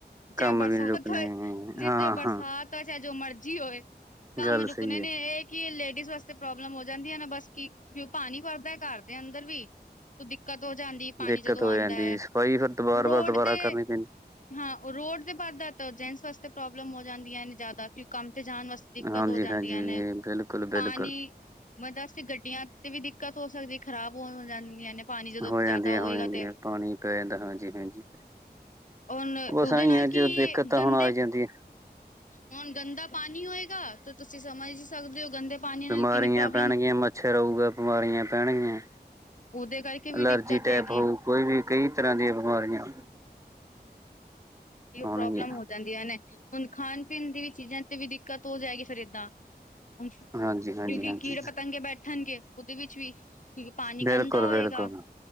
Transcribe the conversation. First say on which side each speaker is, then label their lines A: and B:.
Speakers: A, on the right; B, on the left.
A: ਕੰਮ
B: ਚਾਹੇ ਬਰਸਾਤ
A: ਵੀ ਨੀ ਰੁਕਣੇ
B: ਹੋਏ, ਜੇ
A: ਹਾਂ
B: -ਜੋ ਬਰਸਾਤ
A: ਹਾਂ
B: ਹੋਏ, ਚਾਹੇ ਜੋ ਮਰਜੀ ਹੋਏ। ਕੰਮ,
A: ਗੱਲ ਸਹੀ
B: ਰੁਕਣੇ ਨੇ
A: ਹੈ
B: ਇਹ ਕਿ, ਲੇਡੀਜ਼ ਵਾਸਤੇ ਪ੍ਰੋਬਲਮ ਹੋ ਜਾਂਦੀ ਹੈ ਨਾ, ਬਸ ਕੀ ਕਿਉਂ ਪਾਣੀ ਭਰਦਾ ਘਰ ਦੇ ਅੰਦਰ ਵੀ। ਤੋ, ਦਿੱਕਤ ਹੋ ਜਾਂਦੀ, ਪਾਣੀ
A: ਦਿੱਕਤ
B: ਜਦੋਂ
A: ਹੋ
B: ਆਉਂਦਾ
A: ਜਾਂਦੀ
B: ਹੈ।
A: ਸਫਾਈ ਫਿਰ ਦੁਬਾਰ
B: ਰੋਡ ਤੇ
A: <unintelligible>
B: ਹਾਂ, ਉਹ ਰੋਡ ਤੇ ਭਰਦਾ ਤਾਂ, ਜੈਂਟਸ ਵਾਸਤੇ ਪ੍ਰੋਬਲਮ ਹੋ ਜਾਂਦੀਆਂ ਨੇ, ਜ਼ਿਆਦਾ ਕਿਉਂ ਕੰਮ ਤੇ, ਜਾਣ ਵਾਸਤੇ ਦਿੱਕਤ
A: ਹਾਂਜੀ
B: ਹੋ ਜਾਂਦੀਆਂ
A: ਹਾਂਜੀ
B: ਨੇ,
A: ਬਿਲਕੁਲ ਬਿਲਕੁਲ
B: ਪਾਣੀ ਬਰਸਾਤ ਚ, ਗੱਡੀਆਂ ਤੇ ਵੀ ਦਿੱਕਤ ਹੋ ਸਕਦੀ, ਖ਼ਰਾਬ ਬਹੁਤ ਹੋ ਜਾਂਦੀਆਂ ਨੇ, ਪਾਣੀ ਜਦੋਂ
A: ਹੋ ਜਾਂਦੀਆਂ
B: ਜ਼ਿਆਦਾ ਹੋਏਗਾ
A: ਹੋ ਜਾਂਦੀਆਂ
B: ਤੇ
A: ਪਾਣੀ ਪੈ ਜਾਂਦਾ, ਹਾਂਜੀ -ਹਾਂਜੀ
B: ਹੁਣ
A: ਬਸ
B: ਉਹਦੇ
A: ਆਂਈ
B: ਨਾਲ
A: ਆ ਜੀ
B: ਕੀ
A: ਦਿੱਕਤ ਤਾਂ
B: ਗੰਦੇ
A: ਹੁਣ ਆ ਈ ਜਾਂਦੀ।
B: ਹੁਣ ਗੰਦਾ ਪਾਨੀ ਹੋਏਗਾ, ਤੇ ਤੁਸੀਂ ਸਮਝ ਹੀ ਸਕਦੇ ਓ ਗੰਦੇ ਪਾਣੀ
A: ਬਿਮਾਰੀਆਂ
B: ਨਾਲ ਕਿੰਨੀ ਪ੍ਰੋਬਲਮ
A: ਪੈਣਗੀਆਂ, ਮੱਛਰ ਆਊਗਾ, ਬਿਮਾਰੀਆਂ ਪੈਣਗੀਆਂ।
B: ਉਹਦੇ ਕਰਕੇ ਵੀ,
A: ਅਲਰਜੀ
B: ਦਿੱਕਤ
A: ਟਾਈਪ
B: ਹੈਗੀ।
A: ਹੋਊ ਕੋਈ ਵੀ, ਕਈ ਤਰਾਂ ਦੀਆਂ ਬਿਮਾਰੀਆਂ ਆਉਣਗੀਆਂ
B: ਪ੍ਰੋਬਲਮ ਹੋ ਜਾਂਦੀਆ ਨੇ, ਹੁਨ, ਖਾਨ- ਪੀਨ ਦੀ ਵੀ ਚੀਜ਼ਾਂ ਤੇ ਵੀ ਦਿੱਕਤ ਹੋ ਜਾਏਗੀ, ਫਿਰ ਇੱਦਾਂ। ਹੁਣ, ਕਿਉਂਕਿ
A: ਹਾਂਜੀ ਹਾਂਜੀ ਹਾਂਜੀ
B: ਕੀੜੇ, ਪਤੰਗੇ ਬੈਠਨਗੇ, ਓਹਦੇ ਵਿੱਚ ਵੀ। ਕਿਉਂਕਿ ਪਾਨੀ
A: ਬਿਲਕੁਲ
B: ਗੰਦਾ ਹੋਏਗਾ
A: ਬਿਲਕੁਲ